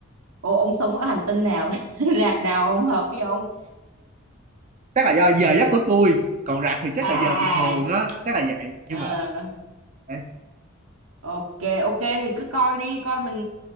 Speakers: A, on the right (about 80°); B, on the right (about 35°).
A: ủa ông sống ở hành tinh nào <laughs> rạp nào không hợp với ông
B: chắc là do giờ giấc của tôi còn rạp thì chắc
A: à
B: là giờ bình
A: à
B: thường á chắc là vậy
A: à
B: nhưng
A: Ờ.
B: mà đấy,
A: Ok, ok thì cứ coi đi, coi mình